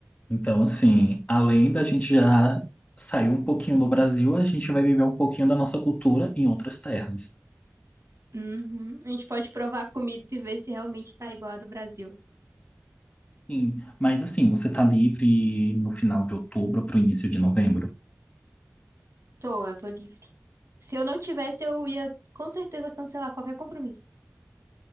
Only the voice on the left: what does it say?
Então, assim, além da gente já sair um pouquinho do Brasil, a gente vai viver um pouquinho da nossa cultura em outras terras.
Sim, mas assim, você tá livre no final de outubro para o início de novembro?